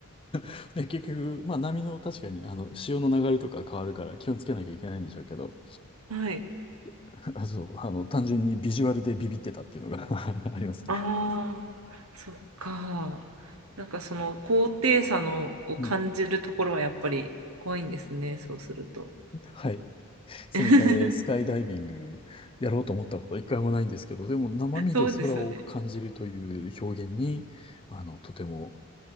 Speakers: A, on the left (about 25°); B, on the right (about 75°).
A: <laughs> で、結局、まあ波の確かに、あの、潮の流れとか変わるから気をつけなきゃいけないんでしょうけど、
B: <laughs> はい。
A: <laughs> あ、そう、あの、単純にビジュアルでビビってたっていうのが <laughs> ありますね。
B: ああ、そっか。なんかその高低差のを感じるところはやっぱり怖いんですね、
A: うん。
B: そうすると。
A: はい。そのため、
B: <laughs>
A: スカイダイビングやろうと思ったことは一回もないんですけど、でも生身で空を感じるという表現に、
B: そうですよね。
A: あの、とても